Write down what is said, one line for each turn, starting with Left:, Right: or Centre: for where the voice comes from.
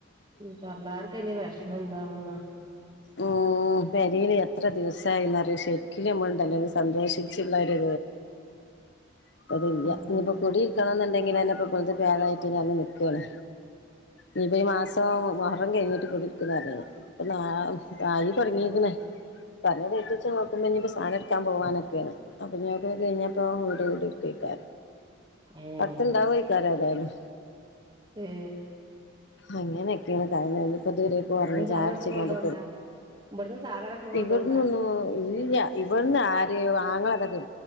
Right: ഉ തള്ളാർക്ക അെ വിഷമം എന്താണെന്ന
Left: ഓ പ അരിൽ എത്ര ദിവസമായി എന്നറിയ ശരിക്കലുംണ്ടല്ലെങ്കും സന്തോഷിച്ചുള്ള ഇത് അപ്പ അതുല്യ
Right: ഉം
Left: ഇനിപ്പോ കുടിയിൽക്കണ എന്നുണ്ടെങ്കിൽ അെപ്പൊ കു പേടായിട്ട് നൽക്കുവണ ഇയിപ്പൊ ഈ മാസം മഹം കഴിഞ്ഞിട്ട് കൂടിരിക്കുന്നാണ് ഇപ്പൊ തായി തുടങ്ങികണ് ആ പറഞ്ഞ ഡേറ്റ് വെച്ച് നോക്കുമ്പോ ഇനിപ്പോ സാധന എടുക്കാൻ പോവാനൊക്കെയാണ് അപ്പ ഞ അതൊക്കെ കഴിഞ്ഞപ്പോ വീട് കുതിർക്കെയ്
Right: ഏഹ്
Left: അടുത്തണ്ടാവയിക്കാര തായാലും
Right: ഉഏ
Left: അങ്ങനെയൊക്കെയാണ് കാര്യങ്ങൾ ഇനിപ്പോ ഇതുവരെക്
Right: ഇവിടുന്ന്
Left: ഉറങ്ങി ചെയ്യാട്ചിങ്ങന്ട്
Right: സാധനൊക്കെ കൊണ്ടോണ്ടാ ഇവിടുന്ന് സാധനൊക്കെ കൊണ്ടോണ്ടാ
Left: ഇവിടന്ന്ൊന്നും ഇല്ല ഇവിടുന്ന് ആരെയോ ആങ്ങളതൊക്കെ